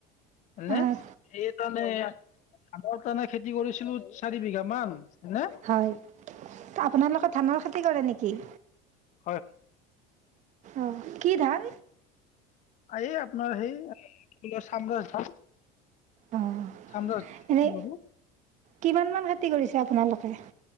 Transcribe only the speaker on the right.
অঁ
হয়, আপোনালোকে ধানৰ খেতি কৰে নেকি?
অ', কি ধান?
অঁ
এনেই
কিমান মান খেতি কৰিছে আপোনালোকে?